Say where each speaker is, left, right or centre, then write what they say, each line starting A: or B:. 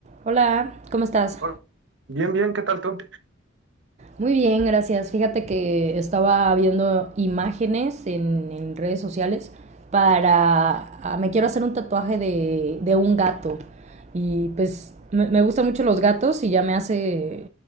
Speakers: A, on the right (about 35°); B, on the right (about 65°).
A: Hola, ¿cómo estás?
B: Hola. Bien, bien, ¿qué tal tú?
A: Muy bien, gracias. Fíjate que estaba viendo imágenes en, en redes sociales para... ah, Me quiero hacer un tatuaje de, de un gato. Y pues me, me gustan mucho los gatos y ya me hace...